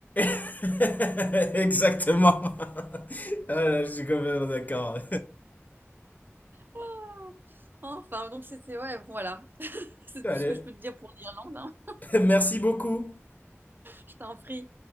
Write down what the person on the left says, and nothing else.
<laughs> Exactement. <laughs> Ah, là, je suis complètement d'accord.
<laughs>
Allez,
merci beaucoup.